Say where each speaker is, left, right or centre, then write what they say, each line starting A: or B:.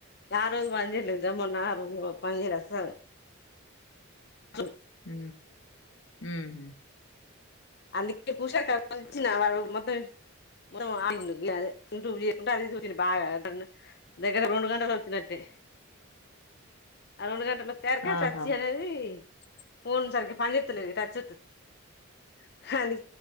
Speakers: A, on the left; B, on the left.
A: ఆరోజు పనిచేయాలి ఆరోజు పనిచేయ్యలేదు అస్సలు అ
B: హ హు హు
A: అందుకే పుషా కచ్చిన వాళ్ళు మొత్తం మొత్తం కొట్టిండు అదే యూట్యూబ్ చూడకుండా అది ఇది చూసింది బాగా దగ్గర రెండు గంటలు వచ్చినట్టే ఆ రెండు గంటలు తరకా
B: ఆహా
A: టచ్చి అనేది ఫోన్ సరిక పనిచెత్తలే టచ్ హ